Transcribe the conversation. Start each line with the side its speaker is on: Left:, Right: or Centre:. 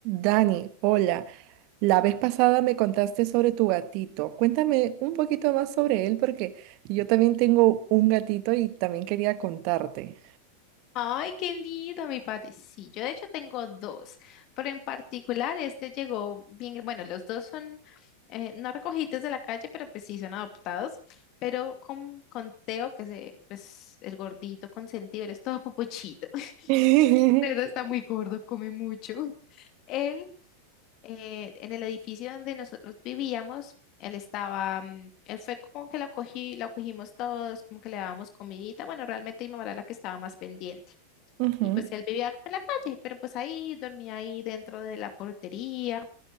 Right: Dani, hola. La vez pasada me contaste sobre tu gatito. Cuéntame un poquito más sobre él porque yo también tengo un gatito y también quería contarte.
Left: Ay, qué lindo, mi Pati. Sí, yo de hecho tengo dos, pero en particular este llegó bien, bueno, los dos son eh, no recogidos de la calle, pero pues sí son adoptados, pero con, con Teo, que se, pues el gordito consentido, él es todo popochito, <laughs>
Right: <laughs>
Left: de está muy gordo, come mucho. Él, eh, en el edificio donde nosotros vivíamos, él estaba, mm, él fue como que lo acogí, lo acogimos todos, como que le dábamos comidita, bueno, realmente mi mamá era la que estaba más pendiente.
Right: Ujú,
Left: Y pues él vivía en la calle, pero pues ahí dormía ahí dentro de la portería.